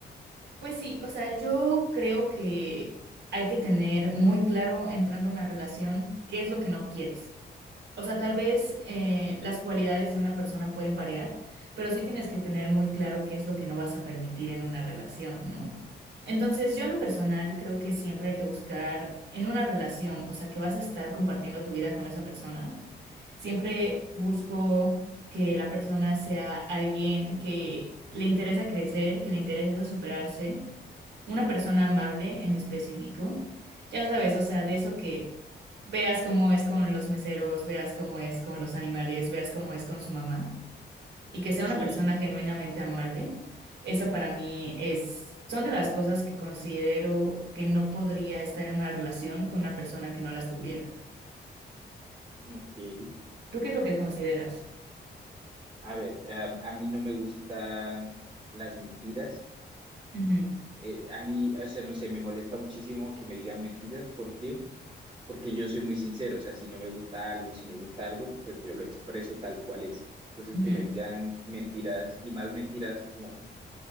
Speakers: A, on the right; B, on the right.
A: Pues sí, o sea, yo creo que hay que tener muy claro entrando a una relación qué es lo que no quieres. O sea, tal vez eh, las cualidades de una persona pueden variar, pero sí tienes que tener muy claro qué es lo que no vas a permitir en una relación, ¿no? Entonces, yo en lo personal creo que siempre hay que buscar en una relación, o sea, que vas a estar compartiendo tu vida con esa persona. Siempre busco que la persona sea alguien que le interesa crecer, que le interesa superarse una persona amable en específico. Ya sabes, o sea, de eso que veas cómo es con los meseros, veas cómo es con los animales, veas cómo es con su mamá y que sea
B: Sí,
A: una persona genuinamente amable. Eso para mí es, son de las cosas que considero que no podría estar en una relación con una persona que no las tuviera.
B: ok.
A: ¿Tú qué es lo que consideras?
B: A ver, a, a mí no me gustan las mentiras.
A: Ujú,
B: Eh, a mí, o sea, no sé, me molesta muchísimo que me digan mentiras. ¿Por qué? Porque yo soy muy sincero. O sea, si no me gusta algo, si me gusta algo, pues yo lo expreso tal cual es. Entonces,
A: ujú.
B: que me digan mentiras y más mentiras como,